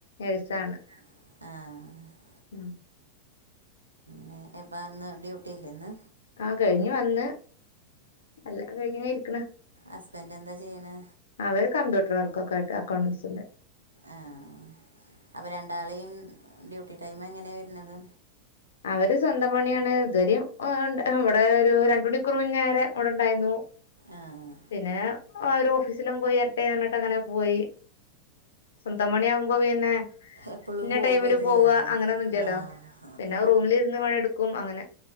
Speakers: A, on the left; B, on the right.
A: ഴ്സാണ്
B: ആഹ്
A: <inaudible>
B: പിന്നെ എപ്പന്ന് ഡ്യൂട്ടി ഇല്ലേന്ന്
A: ആഹ് കെഴിഞ്ഞ് വന്ന് അല്ലാ കഴിഞ്ഞ്ങ് ഇരിക്ക്ന്ന്
B: അസ്ബൻഡെന്താ ചെയ്യണെ
A: അവര് കമ്പ്യൂട്ടർ വർക്കൊക്കായിട്ട് അക്കൗണ്ട്സിന്റെ
B: ആഹ് അപ്പ രണ്ടാളെയും ഡ്യൂട്ടി ടൈമെങ്ങനെയാ വെരുന്നത്
A: അവര് സ്വന്തം പണിയാണ് ഇതുവരേം ഒണ്ട് ഇവിടെ ഒര് രണ്ടണിക്കൂർ മുന്നേരെ ഇവിടൊണ്ടായിരുന്നു
B: ആഹ്
A: പിന്നെ അവരോഫീസിലും പോയെരട്ടറന്നിട്ടങ്ങനെ പോയി സ്വന്തം പണിയാമ്പോ പോപിന്നെ
B: എപ്പോഴും
A: ഇന്ന
B: പോവും
A: ടൈമില്
B: വരും
A: പോവ്വ
B: ചെയ്യാലല്ലേ
A: അങ്ങനൊന്നില്ലല്ലോ
B: ആഹ്
A: റൂമിലിരുന്ന് പണി എടുക്കും അങ്ങനെ